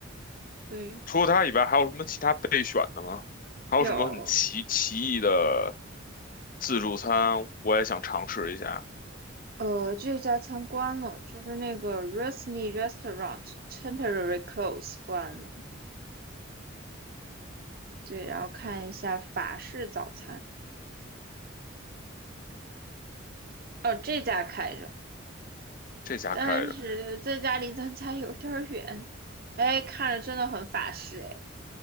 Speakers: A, on the right; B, on the left.
A: 对，
B: 除了它以外，还有什么其他备选的吗？还有什么很奇奇异的
A: 有，
B: 自助餐？我也想尝试一下。
A: 呃，这家餐关了，就是那个 r u s n y Restaurant temporary close 关了。对，然后看一下法式早餐，哦，这家开着，
B: 这家开着，
A: 但是这家离咱家有点儿远，哎，看着真的很法式，哎，